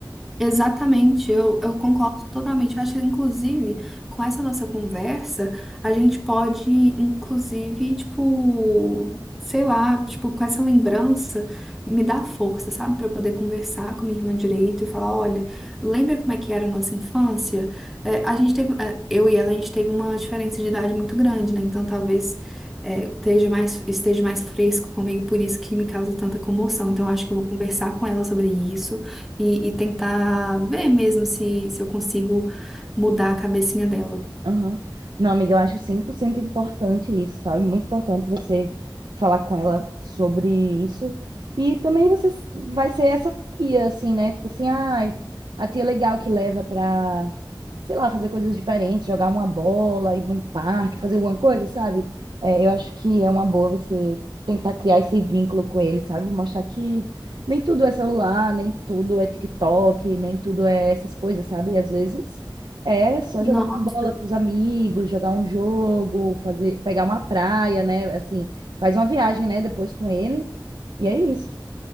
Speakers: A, in the centre; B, on the right.
A: Exatamente, eu, eu concordo totalmente. Eu acho que, inclusive, com essa nossa conversa, a gente pode, inclusive, tipo, sei lá, tipo, com essa lembrança, me dar força, sabe? Para eu poder conversar com minha irmã direito e falar: olha, lembra como é que era a nossa infância? É, a gente teve, é, eu e ela, a gente teve uma diferença de idade muito grande, né? Então, talvez. é, esteja mais, esteja mais fresco comigo, por isso que me causa tanta comoção. Então, eu acho que eu vou conversar com ela sobre isso. E, e tentar ver mesmo se, se eu consigo mudar a cabecinha dela.
B: Aham. Não, amiga, eu acho 100% importante isso, sabe? Muito importante você falar com ela sobre isso. E também você s- vai ser essa tia, assim, né? Tipo assim, ai, a tia legal que leva pra, sei lá, fazer coisas diferentes, jogar uma bola, ir pra um parque, fazer alguma coisa, sabe? É, eu acho que é uma boa você tentar criar esse vínculo com ele, sabe? Mostrar que nem tudo é celular, nem tudo é TikTok, nem tudo é essas coisas, sabe? Às vezes. É só
A: Nossa,
B: jogar uma bola com os amigos, jogar um jogo, fazer, pegar uma praia, né? Assim, faz uma viagem, né? Depois com ele. E é isso.